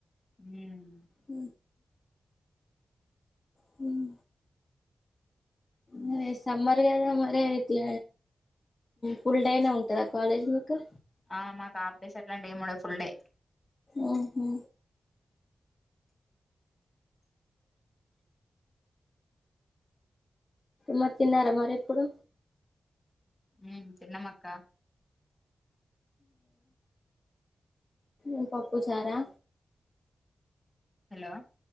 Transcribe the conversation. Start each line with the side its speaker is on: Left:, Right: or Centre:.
Centre: హుమ్
Left: అ హుమ్ మరి సమ్మర్ కదా మరి అయితే ఫుల్ డేనే ఉంటదా కాలేజ్ మీకు
Centre: ఆ మాకు హాఫ్ డేస్ అట్లాంటివ్ ఏం ఉండవ్ ఫుల్ డే
Left: ఓహో మరి తిన్నరా మరి ఇప్పుడు
Centre: ఉ తిన్నమక్కా
Left: ఉ పప్పు చారా
Centre: హలో